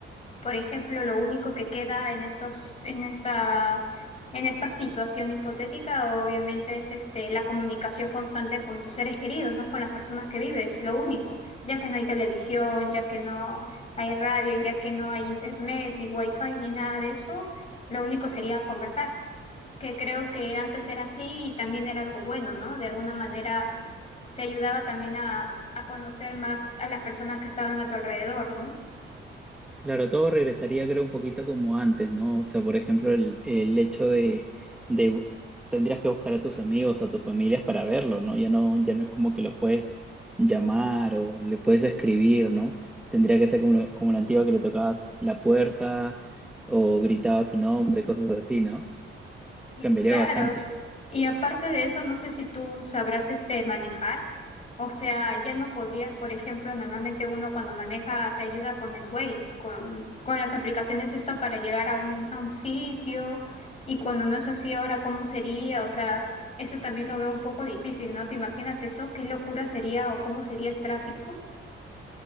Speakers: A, on the left; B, in the centre.
A: por ejemplo, lo único que queda en estos, en esta, en esta situación hipotética, obviamente, es este, la comunicación constante con tus seres queridos, ¿no? Con las personas que vives, lo único, ya que no hay televisión, ya que no hay radio, ya que no hay internet, ni wifi, ni nada de eso, lo único sería conversar, que creo que antes era así y también era algo bueno, ¿no? De alguna manera te ayudaba también a, a conocer más a las personas que estaban a tu alrededor, ¿no?
B: Claro, todo regresaría creo un poquito como antes, ¿no? O sea, por ejemplo, el, el hecho de, de bu- tendrías que buscar a tus amigos, a tus familias para verlo, ¿no? Ya no, ya no es como que lo puedes llamar o le puedes escribir, ¿no? Tendría que ser como, lo- como la antigua que le tocabas la puerta o gritaba su nombre, cosas así, ¿no?
A: <laughs>
B: Cambiaría
A: Claro.
B: bastante.
A: Y aparte de eso, no sé si tú sabrás este manejar. O sea, ya no podrías, por ejemplo, normalmente uno cuando maneja se ayuda con el Waze, con, con las aplicaciones esto para llegar a un, a un sitio. Y cuando no es así, ahora cómo sería. O sea, eso también lo veo un poco difícil, ¿no? ¿Te imaginas eso? ¿Qué locura sería o cómo sería el tráfico?